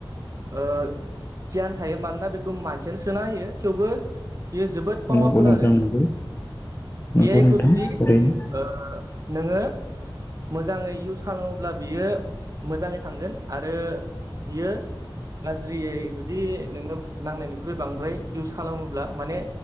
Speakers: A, on the right (about 40°); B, on the left (about 30°).
A: ओ गियान थायो मानोना बेखौ मानसियानो सोना होयो थेवबो बियो जोबोद पावारफुल
B: नंगौ नोंथां
A: आरो
B: नंगौ नंगौ
A: ए आइ
B: नोंथां
A: खौ जुदि
B: ओरैनो
A: ओ नोङो मोजाङै इउस खालामोब्ला बियो मोजाङै थांगोन आरो बियो गाज्रियै जुदि नोङो नांनायनायनिख्रुइ बांद्राय इउस खालामोब्ला माने